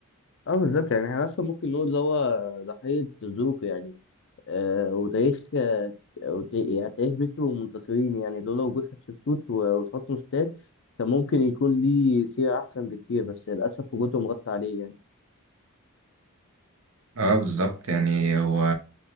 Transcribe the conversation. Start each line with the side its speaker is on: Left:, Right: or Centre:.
Left: اه بالظبط يعني احنا اصلا ممكن نقول اللي هو ضحيه ظروفه يعني آه وتاريخ آه وت- يعني تاريخ بيته ومنتصرين يعني لولا وجود حتشبسوت و- وتحتمس تاني كان ممكن يكون ليه سيره احسن بكتير بس للاسف وجودهم غطى عليه يعني
Right: اه بالظبط يعني هو